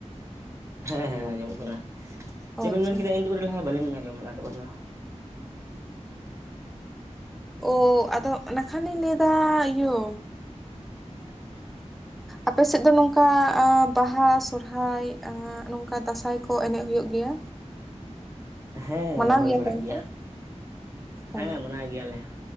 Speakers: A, on the right; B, in the centre.
A: ᱦᱮᱸ ᱦᱮᱸ ᱟᱸᱡᱚᱢᱚᱜ ᱠᱟᱱᱟ᱾
B: ᱚ
A: ᱪᱮᱫ
B: ᱟᱪᱪᱷᱟ
A: ᱵᱮᱱ ᱢᱮᱱ ᱠᱮᱫᱟ ᱮᱱᱛᱳᱜ ᱠᱟᱹᱴᱤᱡ ᱞᱟᱦᱟ ᱵᱟᱹᱧ ᱟᱸᱡᱚᱢ ᱞᱟᱜ-ᱟ ᱛᱚᱠᱷᱚᱱ ᱫᱚ᱾
B: ᱳᱻ ᱟᱫᱚ ᱱᱟᱠᱷᱟᱱ ᱞᱤᱧ ᱞᱟᱹᱭ ᱫᱟ ᱤᱭᱟᱹ
A: <inaudible>
B: ᱟᱯᱮᱥᱮᱫ ᱫᱚ ᱱᱚᱝᱠᱟ ᱟᱸ ᱵᱟᱦᱟ ᱥᱚᱨᱦᱟᱭ ᱟᱸ ᱱᱚᱝᱠᱟ ᱫᱟᱸᱥᱟᱭ ᱠᱚ ᱮᱱᱮᱡ ᱦᱩᱭᱩᱜ ᱜᱮᱭᱟ?
A: ᱦᱮᱸ
B: ᱢᱟᱱᱟᱣ
A: ᱦᱳᱭ ᱵᱟᱲᱟᱜ
B: ᱠᱚ ᱚᱱᱛᱮ
A: ᱜᱮᱭᱟ, ᱦᱮᱸ
B: ᱚ
A: ᱢᱟᱱᱟᱭ ᱜᱮᱭᱟᱞᱮ᱾